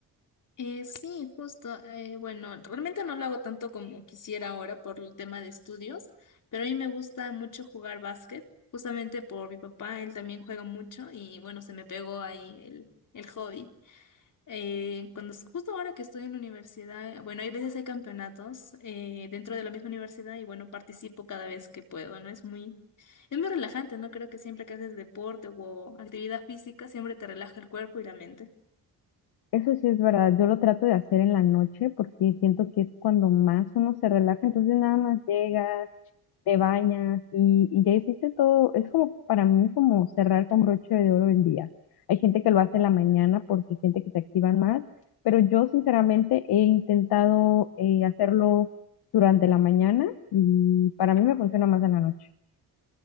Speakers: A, on the left; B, on the left.
A: Eh, sí, justo. eh, bueno, realmente no lo hago tanto como quisiera ahora por el tema de estudios, pero a mí me gusta mucho jugar básquet, justamente por mi papá, él también juega mucho y bueno, se me pegó ahí el, el hobby. Eh, cuando, justo ahora que estoy en la universidad, bueno, hay veces hay campeonatos eh, dentro de la misma universidad y bueno, participo cada vez que puedo, ¿no? Es muy, es muy relajante, ¿no? Creo que siempre que haces deporte o actividad física, siempre te relaja el cuerpo y la mente.
B: Eso sí es verdad. Yo lo trato de hacer en la noche porque siento que es cuando más uno se relaja. Entonces nada más llegas, te bañas y, y ya hiciste todo. Es como para mí como cerrar con broche de oro el día. Hay gente que lo hace en la mañana porque siente que se activan más, pero yo sinceramente he intentado eh, hacerlo durante la mañana y para mí me funciona más en la noche.